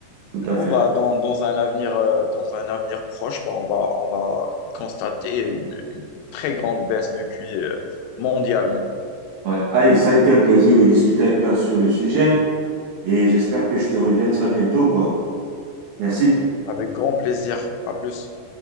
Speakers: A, on the right (about 65°); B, on the left (about 85°).
A: tout
B: Du
A: à
B: coup,
A: fait.
B: bah, dans, dans un avenir, euh, dans un avenir proche, bah, on va, on va constater une, une très grande baisse de QI euh, mondialement.
A: Ouais. Allez, ça a été un plaisir de discuter avec toi sur le sujet et j'espère que je te reviens très bientôt, quoi. Merci.
B: Avec grand plaisir. À plus.